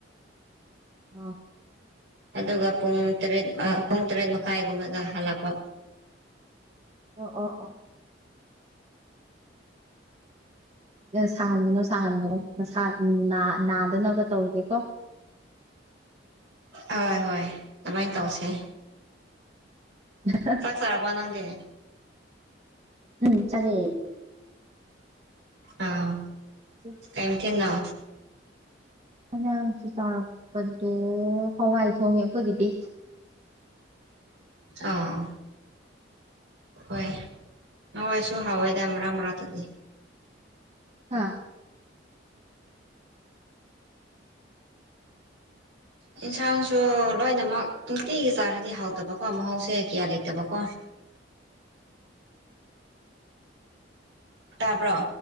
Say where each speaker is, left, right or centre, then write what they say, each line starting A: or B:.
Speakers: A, on the right; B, on the right.
A: ꯑꯣ
B: ꯑꯗꯨꯒ ꯄꯨꯡ ꯇꯔꯦꯠ
A: ꯍꯣꯏ
B: ꯄꯨꯡ ꯇꯔꯦꯠ ꯃꯈꯥꯏꯒꯨꯝꯕꯗ ꯍꯜꯂꯛꯄ
A: ꯑꯣ ꯑꯣ ꯑꯣ ꯁꯥꯍꯟꯒꯅꯣ ꯁꯥꯍꯟꯒꯅꯣ ꯃꯁꯥꯗꯣ ꯅꯥꯗꯅꯕ ꯇꯧꯒꯦꯀꯣ
B: ꯍꯣꯏ ꯍꯣꯏ ꯑꯗꯨꯃꯥꯏꯅ ꯇꯧꯁꯦ
A: ꯍꯥꯍꯥ <unintelligible>
B: ꯆꯥꯛ ꯆꯥꯔꯕꯣ ꯅꯪꯗꯤ
A: ꯎꯝ ꯆꯥꯔꯛꯑꯦ
B: ꯑꯥ
A: ꯎꯝ
B: ꯀꯩ ꯃꯥꯊꯦꯟꯅꯣ
A: ꯑꯩꯅ ꯉꯥꯁꯤ ꯆꯥꯛꯄꯗꯣ ꯍꯋꯥꯏ ꯊꯣꯡꯉꯦ ꯑꯩꯈꯣꯏꯒꯤꯗꯤ
B: ꯑꯥ ꯍꯣꯏ ꯍꯋꯥꯏꯁꯨ ꯍꯥꯎꯋꯦꯗ ꯃꯔꯛ ꯃꯔꯥꯛꯇꯗꯤ
A: ꯍꯥꯥ
B: ꯌꯦꯟꯁꯥꯡꯁꯨ ꯂꯣꯏꯅꯃꯛ ꯅꯨꯡꯇꯤꯒꯤ ꯆꯥꯔꯗꯤ ꯍꯥꯎꯇꯕꯀꯣ ꯃꯍꯧꯁꯦ ꯀꯌꯥ ꯂꯩꯇꯕꯀꯣ ꯇꯥꯕ꯭ꯔꯣ